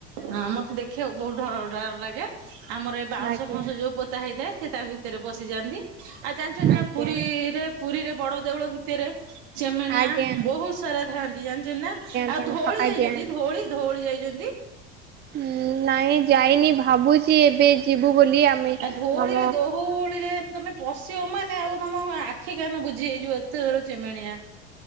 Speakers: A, on the right; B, on the right.
A: ହଁ ମତେ ଦେଖିବାକୁ ବହୁତ ଡର ଡର ଲାଗେ ଆମର ଏଇ ବାଉଁଶ
B: ଆଜ୍ଞା
A: ଫାଉଉଁଶ
B: ଆଜ୍ଞା
A: ଯୋଉ ପୋତା ହେଇଥାଏ ସେ ତା ଭିତରେ ପଶିଯାଆନ୍ତି ଆଉ ଜାଣିଛନ୍ତି
B: ଆଜ୍ଞା।
A: ନା ପୁରୀରେ ପୁରୀରେ ବଡ ଦେଉଳ। ଭିତରେ ଚେମେଣିଆ
B: ଆଜ୍ଞା
A: ବହୁତ ସାରା ଥାଆନ୍ତି ଜାଣିଛନ୍ତି ନା ଆଉ
B: ତାଙ୍କ
A: ଧୋଳି
B: ଆଜ୍ଞା।
A: ଯାଇଛନ୍ତି ଧଳି ଧଉଳି ଯାଇଛନ୍ତି।
B: ହୁଁ ନାଇଁ ଯାଇନି ଭାବୁଛି ଏବେ ଯିବୁ ବୋଲି। ଆମେ
A: ଆ ଧଉଳି
B: ଆମ
A: ରେ ଧଉଳି ରେ ତମେ ପଶିବ ମାନେ ଆଉ ତମ ଆଖି କାନ ବୁଝି ହେଇଯିବ ଏତେର ଜୋର ଚିମେଣିଆ